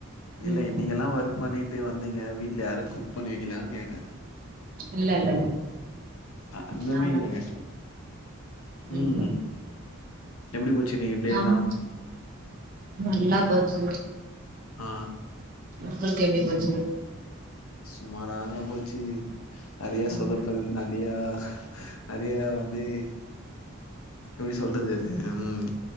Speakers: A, on the left (about 80°); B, on the right (about 40°).
A: இல்ல
B: ம்
A: இன்னைங்க எல்லா வரு வக் பண்ணிட்டு வந்தீங்க வீட்டுல யாரு குக் பண்ணி வெக்கிலேயான்னு கேட்டே
B: ம்ச் இல்ல இல்ல இல்ல
A: அ அந்த
B: நான்தா
A: மீன்ல கேட்டே உம்
B: ம்
A: எப்படி போச்சு இன்னிக்கு டே
B: ஆமா
A: எல்லா
B: நல்லா போச்சு
A: ஆ
B: உங்குளுக்கு எப்படி போச்சு
A: சுமாராதாங்க போச்சு நெறையா சொதப்பல்
B: ம்
A: நெறையா நறையா வந்து எப்படி சொல்றது அது உம்